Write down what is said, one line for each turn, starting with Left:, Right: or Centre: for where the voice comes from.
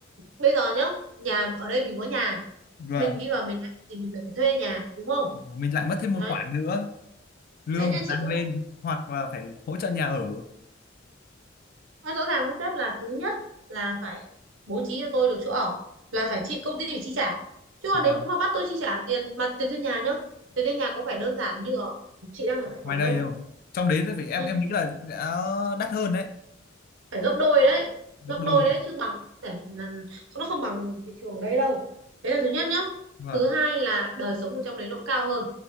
Right: bây giờ nhá nhà ở đây mình có nhà
Left: và
Right: mình đi vào miền Nam thì mình lại phải thuê nhà đúng không
Left: mình lại mất thêm một
Right: đấy
Left: khoản nữa, lương
Right: đấy nên
Left: phải
Right: chị
Left: tăng
Right: cũng
Left: lên
Right: nói
Left: hoặc là phải hỗ trợ nhà ở.
Right: nói rõ ràng với sếp là thứ nhất là phải bố trí cho tôi được chỗ ở là phải chị công ty phải chi trả chứ còn
Left: Vâng,
Right: nếu mà bắt tôi chi trả tiền mặt tiền thuê nhà nhá tiền thuê nhà có phải đơn giản như ở chị đang ở Hải
Left: ngoài
Right: Phòng
Left: đây
Right: đâu
Left: đâu. Trong đấy thì phải em
Right: Ừ.
Left: em nghĩ là đã đắt hơn đấy,
Right: phải gấp đôi đấy
Left: gấp
Right: gấp
Left: đôi
Right: đôi
Left: cơ mà.
Right: đấy chứ bằng không thể là- nó không bằng thị trường đây đâu đấy là thứ nhất nhá
Left: Vâng.
Right: thứ hai là đời sống ở trong đấy nó cũng cao hơn